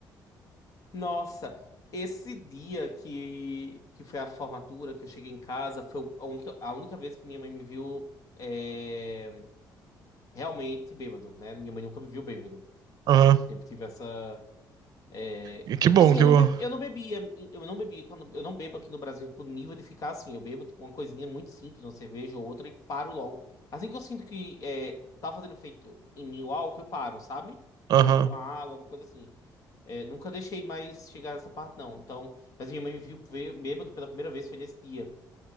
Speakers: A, on the left; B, on the right.
A: Nossa. Esse dia que, que foi a formatura, que eu cheguei em casa, foi a única, a única vez que minha mãe me viu é, realmente bêbado, né? Minha mãe nunca me viu bêbado.
B: Aham.
A: Sempre tive essa. É,
B: E Que
A: que,
B: bom,
A: assim,
B: que
A: eu não,
B: bom.
A: be, eu não bebia, eu não bebia, quando, eu não bebo aqui no Brasil por nível de ficar assim. Eu bebo tipo, uma coisinha muito simples, uma cerveja ou outra, e paro logo. Assim que eu sinto que é, tá fazendo efeito em mim o álcool, eu paro, sabe?
B: Aham.
A: Eu mudo com a água, alguma coisa assim. É, nunca deixei mais chegar nessa parte, não. Então, mas minha mãe me viu ver- bêbado pela primeira vez, foi nesse dia.